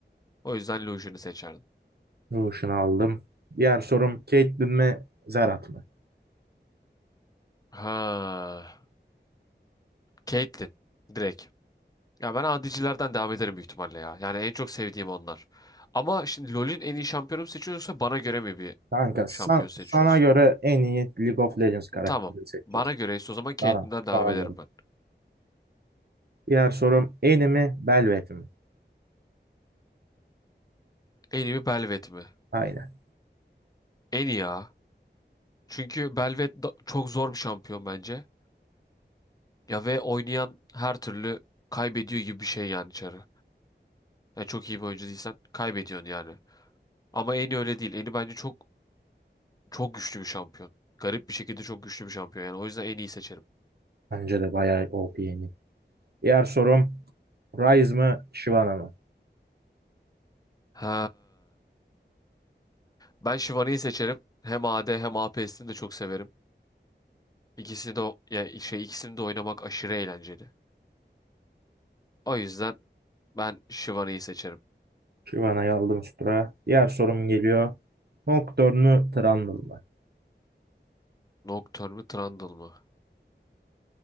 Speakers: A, on the left; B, on the right.
A: O yüzden Lucian'ı seçerdim.
B: Lotion'u aldım. Diğer sorum Caitlyn mi Zerat mı?
A: Ha, Caitlyn direkt. Ya ben adicilerden devam ederim büyük ihtimalle ya. Yani en çok sevdiğim onlar. Ama şimdi LoL'ün en iyi şampiyonu mu seçiyorsa bana göre mi bir
B: Kanka
A: şampiyon
B: san-
A: seçiyoruz?
B: sana göre en iyi League of Legends karakterini
A: Tamam.
B: seçeceğiz.
A: Bana göreyse o zaman Caitlyn'den
B: Sana,
A: devam
B: sana
A: ederim
B: göre.
A: ben.
B: Diğer sorum Annie mi Belvet mi?
A: En iyi mi Belvet mi?
B: Aynen.
A: En iyi ya. Çünkü Belvet da- çok zor bir şampiyon bence. Ya ve oynayan her türlü kaybediyor gibi bir şey yani içeri. Yani çok iyi bir oyuncu değilsen kaybediyorsun yani. Ama en iyi öyle değil. En iyi bence çok çok güçlü bir şampiyon. Garip bir şekilde çok güçlü bir şampiyon yani. O yüzden en iyi seçerim.
B: Bence de bayağı OP Annie. Diğer sorum Ryze mı Shyvana mı?
A: Ha. Ben Shivani'yi seçerim. Hem AD hem APS'ini de çok severim. İkisini de o- ya şey ikisini de oynamak aşırı eğlenceli. O yüzden ben Shivani'yi seçerim.
B: Shyvana'yı aldım üst tura. Diğer sorum geliyor. Nocturne mü Trundle mı?
A: Nocturne mı Trundle mı?